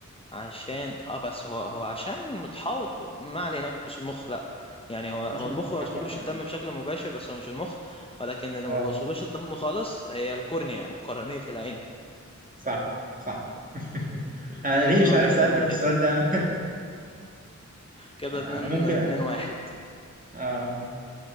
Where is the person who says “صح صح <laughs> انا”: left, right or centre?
Right